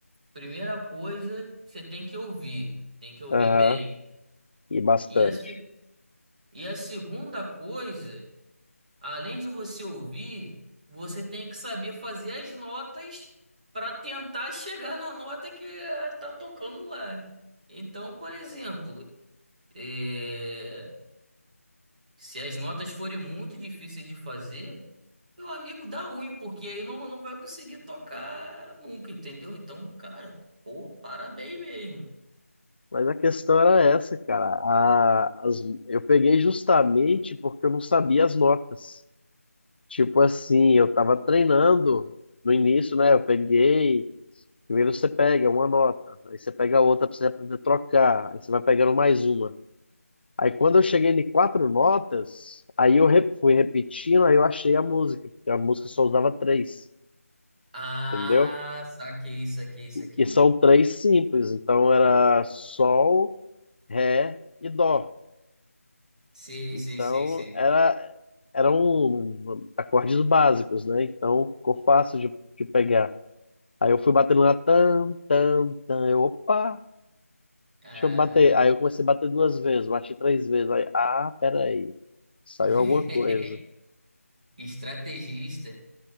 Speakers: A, on the right (about 30°); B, on the left (about 40°).
A: Primeira coisa, você tem que ouvir, tem que ouvir
B: Aham,
A: bem.
B: e bastante.
A: E a, se- e a segunda coisa, além de você ouvir, você tem que saber fazer as notas para tentar chegar na nota que eh, tá tocando lá. Então, por exemplo, é, Se as notas forem muito difíceis de fazer, meu amigo, dá ruim, porque aí não, não vai conseguir tocar nunca, entendeu? Então, cara, pô, parabéns mesmo.
B: Mas a questão era essa, cara. A- as- eu peguei justamente porque eu não sabia as notas. Tipo assim, eu tava treinando no início, né? Eu peguei. Primeiro você pega uma nota, aí você pega outra pra você aprender a trocar, aí você vai pegando mais uma. Aí quando eu cheguei em quatro notas, aí eu re- fui repetindo, aí eu achei a música, porque a música só usava três,
A: Ah,
B: entendeu?
A: saquei, saquei, saquei.
B: E são três simples, então era sol, ré e dó.
A: Sei,
B: Então
A: sei, sei, sei.
B: era, eram acordes básicos, né? Então ficou fácil de, de pegar. Aí eu fui batendo na tam, tam, tam, eu, opa,
A: Ah,
B: deixa eu bater. Aí eu comecei a bater duas vezes, bati três vezes. Aí, ah, peraí, saiu
A: <laughs>
B: alguma coisa.
A: estrategista.